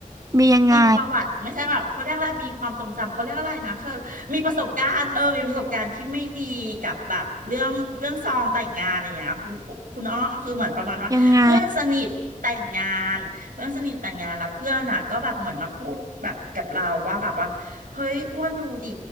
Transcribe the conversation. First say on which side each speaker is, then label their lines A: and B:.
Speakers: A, on the right; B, on the right.
A: มียังไง
B: มีประวัติไม่ใช่แบบเขาเรียกอะไรมีความทรงจำเขาเรียกอะไรนะคือมีประสบการณ์เออมีประสบการณ์ที่ไม่ดีกับแบบเรื่องเรื่องซองแต่งงานอย่างเงี้ยคุณคุณอ้อคือเหมือนประมาณว่าเพื่อนสนิทแต่งงานเพื่อนสนิทแต่งงานแล้วเพื่อนอ่ะก็แบบเหมือนมาพูดแบบกับเราว่าแบบว่าเฮ้ยอ้วนดูดี
A: ยังไง